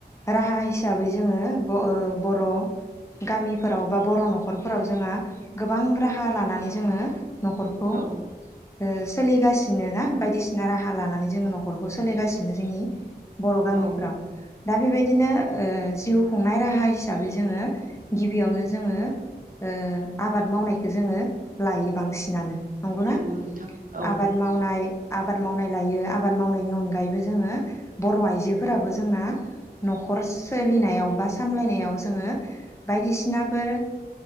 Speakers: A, on the left; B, on the right.
A: राहा हिसाबै जोङो बे बर' गामिफोराव बा बर' न'खरफोराव जोंहा गोबां राहा लानानै जोङो न'खरखौ
B: औ
A: ओ सोलिगासिनो ना बायदिसिना राहा लानानै जोङो न'खरखौ सोलिगासिनो जोंनि बर' गामिफ्राव
B: औ
A: दा बेबायदिनो ओ जिउ खुंनाय राहा हिसाबै जोङो गिबियावनो जोङो ओ आबाद मावनायखौ जोङो लायो बांसिनानो नंगौना
B: नंगौ नोंथां औ
A: आबाद मावनाय आबाद मावनाय लायो आबाद मावनायनि अनगायैबो जोङो बर' आइजोफोराबो जोंना न'खर सोलिनायाव बा सामलायनायाव जोङो बायदिसिनाफोर